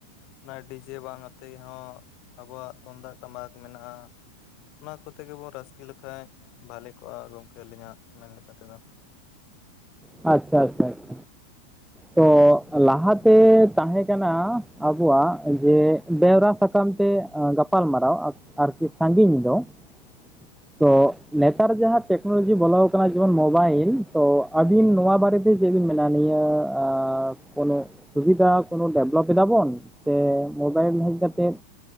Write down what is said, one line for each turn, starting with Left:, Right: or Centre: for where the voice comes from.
Left: ᱚᱱᱟ ᱰᱤᱡᱮ ᱵᱟᱝ ᱟᱛᱮᱫ ᱦᱚᱸ ᱟᱵᱚᱣᱟᱜ ᱛᱩᱢᱫᱟᱜ ᱴᱟᱢᱟᱠ ᱢᱮᱱᱟᱜᱼᱟ᱾ ᱚᱱᱟ ᱠᱚᱛᱮ ᱜᱮᱵᱚᱱ ᱨᱟᱹᱥᱠᱟᱹ ᱞᱮᱠᱷᱟᱡ ᱵᱷᱟᱞᱮ ᱠᱚᱜᱼᱟ, ᱜᱚᱢᱠᱮ ᱟᱹᱞᱤᱧᱟᱜ ᱢᱮᱱ ᱞᱮᱠᱟ ᱛᱮᱫᱚ ᱾
Centre: ᱟᱪᱪᱷᱟ, ᱟᱪᱪᱷᱟ ᱾ ᱛᱚ ᱞᱟᱦᱟᱛᱮ ᱛᱟᱦᱮᱸ ᱠᱟᱱᱟ ᱟᱵᱚᱣᱟᱜ ᱡᱮ ᱵᱮᱣᱨᱟ ᱥᱟ ᱠᱟᱢ ᱛᱮ ᱜᱟᱯᱟᱞ ᱢᱟᱨᱟᱣ ᱟᱨᱠᱤ ᱥᱟᱺᱜᱤᱧ ᱫᱚ ᱾ ᱛᱚ ᱱᱮᱛᱟᱨ ᱡᱟᱦᱟᱸ ᱴᱮᱠᱱᱳᱞᱚᱡᱤ ᱵᱚᱞᱚ ᱟᱠᱟᱱᱟ, ᱡᱮᱢᱚᱱ ᱢᱳᱵᱟᱭᱤᱞ ᱛᱚ ᱟᱵᱤᱱ ᱱᱚᱣᱟ ᱵᱟᱨᱮ ᱛᱮ ᱪᱮᱫ ᱵᱤᱱ ᱢᱮᱱᱟ ᱱᱤᱭᱟᱹ ᱟᱸ, ᱠᱳᱱᱳ ᱥᱩᱵᱤᱫᱷᱟ ᱠᱳᱱᱚ ᱰᱮᱵᱷᱞᱚᱯ ᱮᱫᱟᱵᱚᱱ ᱥᱮ ᱢᱳᱵᱟᱭᱤᱞ ᱦᱮᱡ ᱠᱟᱛᱮᱜ